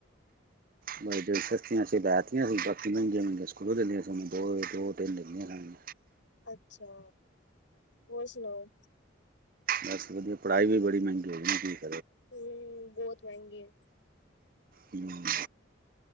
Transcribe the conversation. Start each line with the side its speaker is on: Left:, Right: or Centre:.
Right: ਬਸ ਜਿਹੜੀ ਸਸਤੀਆ ਸੀ ਲੈ ਤੀਆ ਸੀ। ਮਹਿੰਗੀਆ-ਮਹਿੰਗੀਆ ਸਕੂਲੋਂ ਲੈ ਲਈਆ ਸੀ ਉਹਨੇ ਦੋ-ਦੋ ਤਿੰਨ ਲਈਆ ਉਹਨੇ।
Left: ਅੱਛਾ ਹੋਰ ਸੁਣਾਓ
Right: ਬਸ ਵਧੀਆ ਪੜ੍ਹਾਈ ਵੀ ਬੜੀ ਮਹਿੰਗੀ ਹੋ <unintelligible>
Left: ਹਮ ਬੌਤ ਮਹਿੰਗੀ।
Right: ਹੋ